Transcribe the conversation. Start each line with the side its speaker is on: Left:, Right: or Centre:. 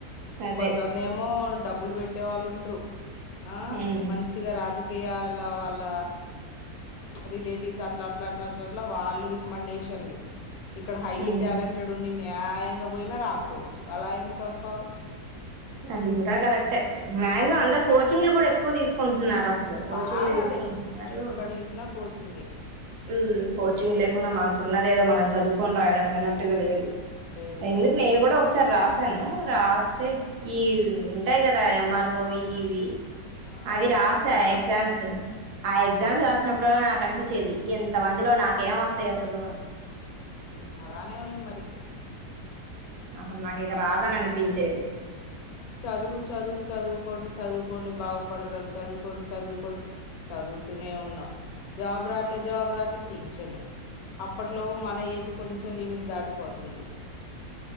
Right: అదే
Left: కొందర్ నేమో డబ్బులు పెట్టేవాళ్ళుంట్రు ఆ
Right: ఉమ్
Left: మంచిగ రాజకీ ఈయాళ వాళ్ళ రిలేటివ్స్ అట్ల అట్ల అట్ల అట్ల అట్లా వాళ్ళు రికమండేషన్లు ఇక్కడ హైలీ
Right: ఉమ్
Left: టాలెంటెడ్ ఉండి నె న్యాయంగా పోయిన రాక్పోవచ్చు అలా ఎందుకు అనుకోవాలి
Right: అది కూడ కరెక్ట్ మక్సిమం
Left: ఉమ్,
Right: అందర్ కోచింగ్ లో కూడా ఎక్కు వ్ తీసుకుంటున్నారు అసలు కోచింగ్లు
Left: బాగా
Right: తీసుకుంటున్నారు
Left: అదే ఎక్కడ చూసినా కోచింగే
Right: ఉమ్ కోచింగ్ లేకుండా మనకున్న దేదో మనం చదువుకొన్ రాయడం అన్నట్టుగా లేదు
Left: లేదు
Right: ఎందుకు నేన్ కూడ ఒక్సారి రాసాను రాస్తే ఈ ఉంటాయి కదా ఎంఆర్ఓవి ఇవి
Left: ఆ
Right: అవి
Left: నేను
Right: రాశ
Left: ఒకసారి రాసా
Right: ఎగ్జామ్స్ ఆ ఎగ్జామ్స్ రాసినప్పుడు నాకు అనిపిచ్చేది ఇంత మందిలో నాకేం వస్తాయి అసలు అ
Left: ఉ అలానే ఉంది మరి
Right: అసల్ నాకిక రాదని అనిపించేది
Left: చదువు చదువు చదువుకోండి చదువుకోండి బాగుపడతారు చదువుకోండి చదువుకోండి చదువుతూనే ఉన్నావు జాబు రాట్లే జాబు రాట్లే టెన్షను అప్పట్లో మన ఏజ్ కొంచెం లిమిట్ దాటిపోతుంది